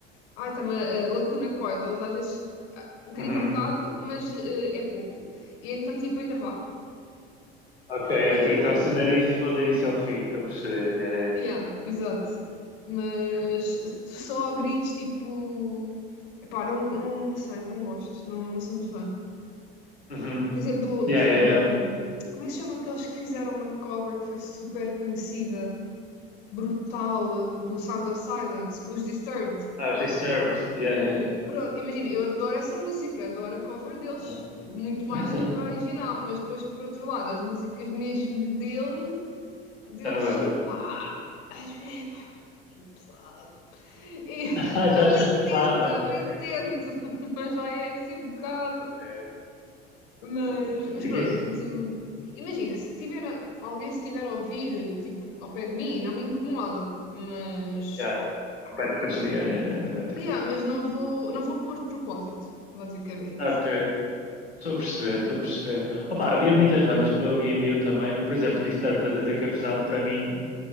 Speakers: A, on the left; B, on the left.
A: Ai, tá-me a, a Lacuna Coil. Eles às vezes ah, gritam
B: Uhum.
A: um bocado, mas eh, é pouco. E então, tipo, ainda vá.
B: Ok,
A: Mas,
B: ok, estás a sonar isto foi do início ao fim, estou a perceber. Yeah, yeah.
A: yeah, exato. Mas
B: yeah.
A: se tu só grites, tipo. Epá, não, não, não sei, não gosto. Não, não sou muito fã.
B: Uhum.
A: Por exemplo,
B: Yeah, yeah,
A: hum,
B: yeah.
A: como é que se chama aqueles que fizeram uma cover que foi super conhecida? brutal eh, do Sound of Silence, os Disturbed.
B: Ah, os Disturbed. Yeah, yeah, yeah.
A: Pronto, imagina, eu adoro essa música, adoro a cover deles,
B: Uhum.
A: muito mais
B: <laughs>
A: do que o original, mas depois, por outro lado, as músicas mesmo dele, deles,
B: Já não gostas?
A: é pá, às vezes, epá, é um bocadinho pesado. E <laughs>
B: Ah, já
A: eu
B: achas
A: bem
B: pesado,
A: tento,
B: ok,
A: eu
B: ok,
A: bem tento, <laughs> mas já é assim um bocado.
B: ok.
A: Mas,
B: ok.
A: mas
B: É
A: pronto,
B: que isso.
A: portanto, imagina, se tiver, a- alguém estiver a ouvir, tipo, ao pé de mim, não me incomoda, mas
B: já, Não pede para desligar. é, é, é tipo,
A: Yeah, mas não vou, não vou pôr de propósito, basicamente.
B: ok, estou a perceber, estou a perceber. Opa, havia muitas bandas que eu ouvia em miúdo também. Por exemplo, Disturbed, estás a dizer que é pesado. Para mim,